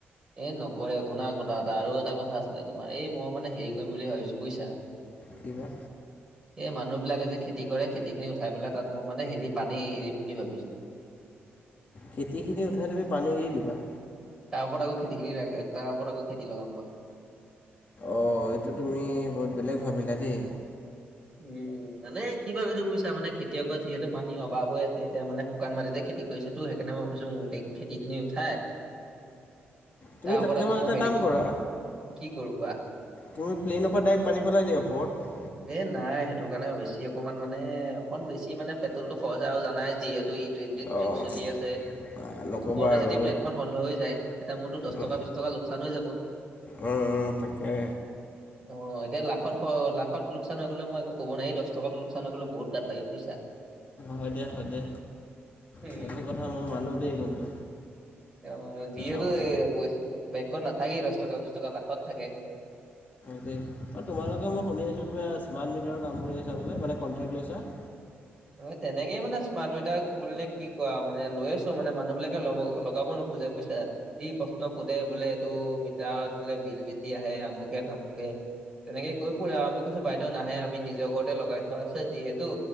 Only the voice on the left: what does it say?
কিবা?
খেতিখিনি উঠাই তুমি পানী এৰি দিবা।
অ, এইটো তুমি বহুত বেলেগ ভাবিলা দেই।
তুমি
তাতকৈ
মান
এটা
কাম কৰা।
তুমি প্লেইনৰ পৰা ডাইৰেক্ট পানী পেলাই দিয়া ওপৰত
অ'
নক'বা
আৰু
উম,
উ'ম, তাকে।
হয় দে হয় দে
সেইটো কথা মোৰ মানো দেই কিন্তু।
আমাৰ
দেই অঁহ, তোমালোকে মই শুনি আছোঁ কিবা স্মাৰ্ট মিটাৰৰ কাম কৰিছা বোলে, মানে কণ্ট্ৰেক্ট লৈছা।